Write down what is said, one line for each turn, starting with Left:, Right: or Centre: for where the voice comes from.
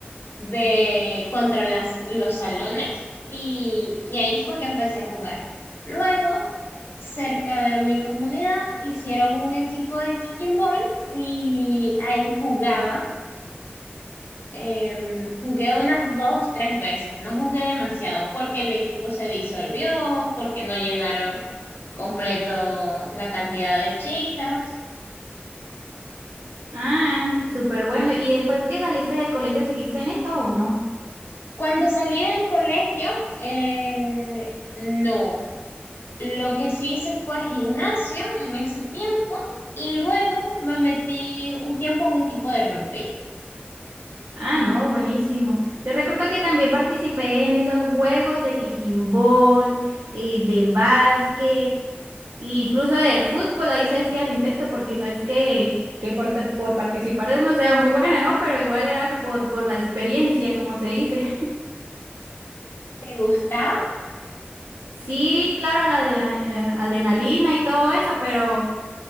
Left: de contra las, los salones y, y ahí fue que empecé a jugar. Luego, cerca de mi comunidad, hicieron un equipo de kicking ball y ahí jugaba. Em, jugué unas dos, tres veces, no jugué demasiado porque el equipo se disolvió, porque no llenaron completo la cantidad de chicas.
Right: Ah, súper bueno. ¿Y después que saliste del colegio, seguiste en eso o no?
Left: Cuando salí del colegio, eh, no. Lo que sí hice fue gimnasio en ese tiempo y luego me metí un tiempo a un equipo de rugby.
Right: Ah, no, buenísimo. Yo recuerdo que también participé en esos juegos de kicking ball, eh, de básquet, incluso de fútbol, ahí se hacía el intento, porque no es que, que por, ta- por participar de uno sea muy buena, ¿no? Pero igual era por, por la experiencia, como se dice.
Left: ¿Te gustaba?
Right: Sí, claro, la adrela- eh, adrenalina y todo eso, pero...